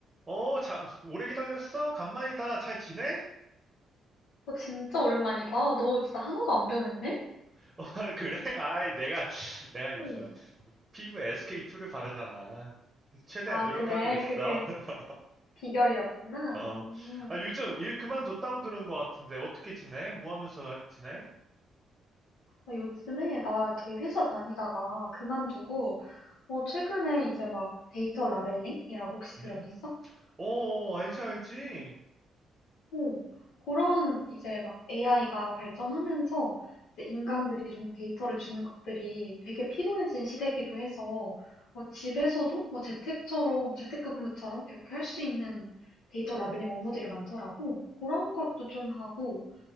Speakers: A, on the right (about 20°); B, on the left (about 85°).
A: 어, 자, 오래 기다렸어? 간만이다. 잘 지내?
B: 어, 진짜 오랜만이다. 너 진짜 하나도 안 변했네?
A: <laughs> 어, 그래? 아이, 내가, 내가 요즘
B: 응.
A: 피부에 SK2를 바르잖아. 최대한
B: 아,
A: 노력하고
B: 그래.
A: 있어.
B: 그게
A: <laughs>
B: 비결이었구나.
A: 어,
B: 음.
A: 아, 요즘 일 그만뒀다고 들은 것 같은데, 어떻게 지내? 뭐 하면서 지내?
B: 아, 요즘에 나 이렇게 회사 다니다가 그만두고, 어, 최근에 이제 막 데이터 라벨링이라고 혹시
A: 음,
B: 들어봤어?
A: 어, 어, 알지, 알지.
B: 오, 그런 이제 막 AI가 발전하면서 이제 인간들이 좀 데이터를 주는 것들이 되게 필요해진 시대이기도 해서 뭐 집에서도 뭐 재택처럼, 재택근무처럼 이렇게 할 수 있는 데이터 라벨링 업무들이 많더라고. 그런 것도 좀 하고,